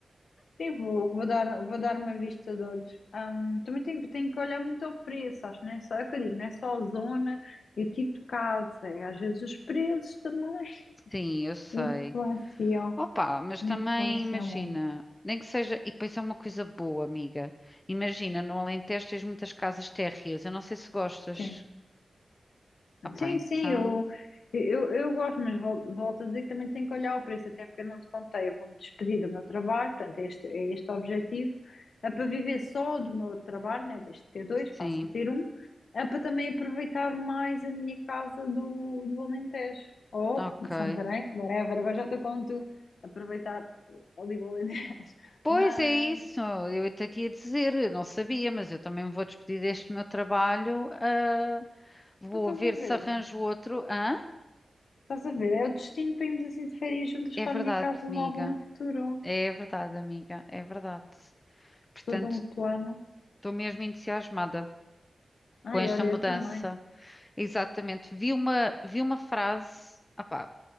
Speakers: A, on the left; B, on the left.
A: Sim, vou, vou dar, vou dar uma vista de olhos. Ahm, também tenho, tenho que olhar muito ao preço, acho, não é só, é o que eu digo, não é só a zona e o tipo de casa, é, às vezes os preços também <laughs>
B: Sim, eu sei.
A: influenciam,
B: Opa, mas
A: influenciam
B: também imagina,
A: muito.
B: nem que seja, e depois é uma coisa boa, amiga. Imagina, no Alentejo tens muitas casas térreas, eu não sei se gostas.
A: Sim.
B: Opa,
A: Sim,
B: então,
A: sim, eu, eu, eu gosto, mas vol- volto, a dizer que também tenho que olhar o preço, até porque eu não te contei, eu vou-me despedir do meu trabalho, portanto, é este, é este o objetivo, é para viver só do meu trabalho, né, deixo de ter dois,
B: sim,
A: passo a ter um, é para também aproveitar mais a minha casa do, do Alentejo, ou
B: ok.
A: de Santarém, whatever, agora já estou com tu, aproveitar ali o Alentejo, <laughs>
B: Pois
A: mas...
B: é isso, eu até te ia dizer, eu não sabia, mas eu também me vou despedir deste meu trabalho. ah, vou
A: Tu estás
B: ver
A: a ver,
B: se arranjo outro. Hã?
A: estás a ver, é o destino para irmos assim de férias juntas
B: É
A: para
B: verdade,
A: a minha casa
B: amiga.
A: nova no futuro.
B: É verdade, amiga. É verdade. Portanto,
A: Todo um plano.
B: estou mesmo entusiasmada
A: Ai,
B: com esta
A: olha,
B: mudança.
A: eu também.
B: Exatamente. Vi uma, vi uma frase, opá,